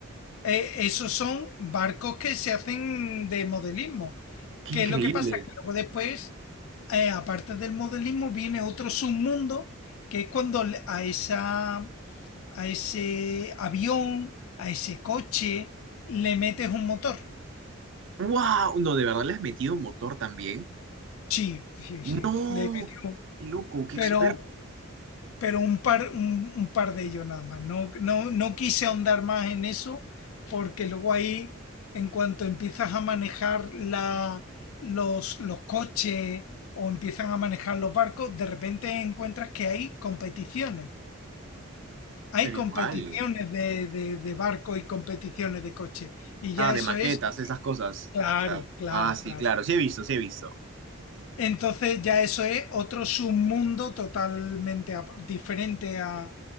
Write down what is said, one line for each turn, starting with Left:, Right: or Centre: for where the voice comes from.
Left: eh, esos son barcos que se hacen de modelismo.
Right: Qué
Left: ¿Qué
Right: increíble.
Left: es lo que pasa? Que luego después, eh, aparte del modelismo, viene otro submundo, que es cuando le- a esa a ese avión, a ese coche, le metes un motor.
Right: ¡Wow! No, de verdad le has metido motor también.
Left: Sí, sí,
Right: No,
Left: sí, le metes
Right: qué
Left: un-
Right: qué loco, qué
Left: Pero,
Right: experto.
Left: pero un par, un, un par de ellos nada más. No, no, no quise ahondar más en eso porque luego ahí, en cuanto empiezas a manejar la, los, los coches o empiezan a manejar los barcos, de repente encuentras que hay competiciones. Hay
Right: Pero
Left: competiciones
Right: igual.
Left: de, de, de barco y competiciones de coche. Y ya
Right: Ah, de
Left: eso
Right: maquetas,
Left: es
Right: esas cosas.
Left: Claro,
Right: O sea,
Left: claro,
Right: ah, sí,
Left: claro.
Right: claro. Sí he visto, sí he visto.
Left: Entonces ya eso es otro submundo totalmente ap- diferente a,